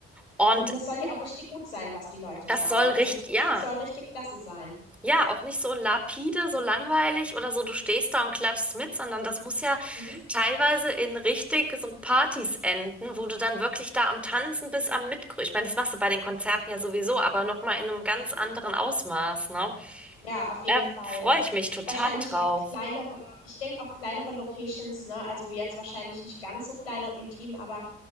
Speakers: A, in the centre; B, on the left.
A: Und
B: Und das soll ja auch richtig gut sein, was die Leute
A: das
B: sagen.
A: soll
B: Also
A: richtig,
B: die Musik
A: ja,
B: soll richtig klasse sein.
A: ja, auch nicht so lapide, so langweilig oder so, du stehst da und klatschst mit, sondern das muss ja
B: Mhm.
A: teilweise in richtig so Partys enden, wo du dann wirklich da am Tanzen bist, am Mitgrüßen. Ich meine, das machst du bei den Konzerten ja sowieso, aber nochmal in einem ganz
B: Ja,
A: anderen Ausmaß, ne?
B: Ja, auf jeden
A: Da
B: Fall
A: freue
B: und
A: ich mich total
B: wahrscheinlich
A: drauf.
B: auch kleinere ich denke auch kleinere Locations, ne? Also, jetzt wahrscheinlich nicht ganz so klein und intim, aber